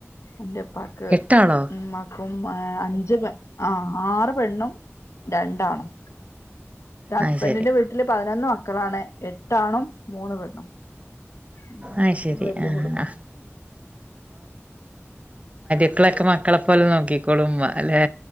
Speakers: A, on the left; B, on the right.
A: എന്റുപ്പാക്ക്
B: എട്ടാളോ
A: ഉമ്മാ ഇപ്പം അഞ്ച് പ ആറ് പെണ്ണും രണ്ടാണും ഹസ്ബൻഡറിന്റെ
B: ആ ശരി
A: വീട്ടില് പതിനൊന്ന് മക്കളാണ് എട്ടാണും മൂന്ന് പെണും ഉ
B: ആ ശരി
A: ഞ വല്യ
B: ആ
A: കുടുംബ
B: ആ മക്കളൊക്കെ മക്കളെ പോലെ നോക്കിക്കോളും ഉമ്മ അല്ലെ